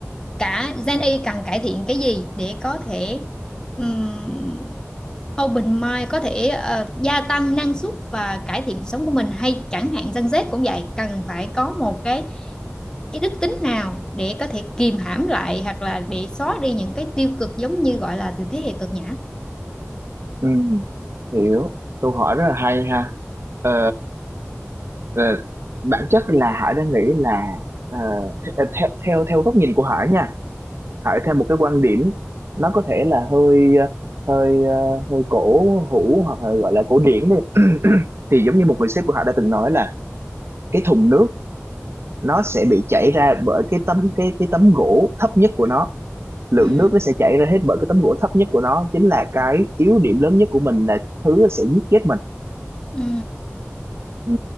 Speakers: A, on the left; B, on the right.
A: cả Gen Y cần cải thiện cái gì để có thể ừm, open mind có thể ờ, gia tăng năng suất và cải thiện cuộc sống của mình hay chẳng hạn Gen Z cũng vậy cần phải có một cái cái đức tính nào để có thể kìm hãm lại hoặc là để xóa đi những cái tiêu cực giống như gọi là từ thế hệ cực nhã
B: Ừ. hiểu câu hỏi rất là hay ha Ờ, ờ, bản chất là Hải đang nghĩ là ờ, th- ờ, theo theo theo góc nhìn của Hải nha hỏi theo một cái quan điểm nó có thể là hơi ờ, hơi ờ, hơi cổ hủ hoặc là gọi là cổ điển đi <clears throat> thì giống như một người sếp của họ đã từng nói là cái thùng nước nó sẽ bị chảy ra bởi cái tấm cái cái tấm gỗ thấp nhất của nó lượng
A: ừ
B: nước nó sẽ chảy ra hết bởi cái tấm gỗ thấp nhất của nó chính là cái yếu điểm lớn nhất của mình là thứ nó sẽ giết chết mình
A: ừ
B: Ừ.